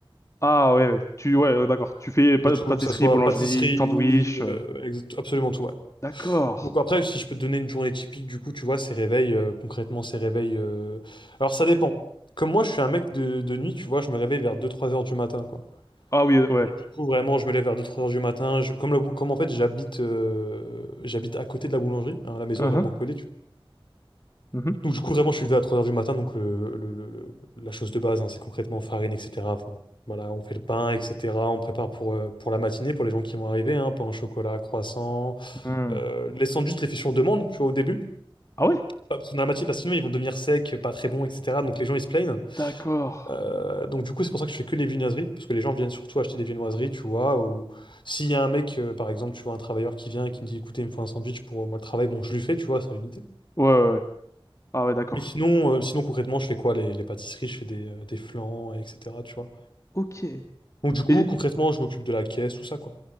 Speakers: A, on the left (about 30°); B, on the left (about 60°).
A: Ah ouais, ouais. Tu, ouais, euh, d'accord. Tu fais pa-
B: De tout,
A: pâtisserie,
B: que ça soit
A: boulangerie,
B: pâtisserie,
A: sandwich... euh,
B: euh, exact- absolument tout, ouais.
A: D'accord.
B: Donc, après, si je peux te donner une journée typique, du coup, tu vois, ces réveils, euh, concrètement, ces réveils. euh, Alors, ça dépend. Comme moi, je suis un mec de, de nuit, tu vois, je me réveille vers deux-trois heures du matin, quoi.
A: Ah oui, euh, ouais.
B: Donc, du coup, vraiment, je me lève vers deux trois heures du matin. Je- comme, la bou- comme en fait, j'habite euh, j'habite à côté de la boulangerie. hein, la maison
A: Uhum.
B: est vraiment collée, tu vois.
A: Mhm.
B: Donc, du coup, vraiment, je suis levé à 3 heures du matin. Donc, le, le- le- le- la chose de base, hein, c'est concrètement farine, etc. Bon, voilà, on fait le pain, etc. On prépare pour, euh, pour la matinée, pour les gens qui vont arriver. Hein, pain au chocolat, croissant.
A: Hmm.
B: Euh, les sandwichs, je les fais sur demande, tu vois, au début.
A: Ah ouais?
B: Pas- Parce que dans la matinée, parce que sinon, ils vont devenir secs, pas très bons, etc. Donc, les gens, ils se plaignent.
A: D'accord.
B: Euh, donc du coup, c'est pour ça que je fais que les viennoiseries, parce que les gens viennent surtout acheter des viennoiseries, tu vois, ou s'il y a un mec, euh, par exemple, tu vois, un travailleur qui vient et qui me dit, écoutez, il me faut un sandwich pour euh, moi le travail, bon, je lui fais, tu vois, ça l'unité.
A: Ouais, ouais, ouais. Ah ouais, d'accord.
B: Mais sinon, euh, sinon concrètement, je fais quoi? Les, les pâtisseries, je fais des, euh, des flans, etc., tu vois.
A: Ok.
B: Donc du coup,
A: Et
B: concrètement, je m'occupe de la caisse, tout ça, quoi.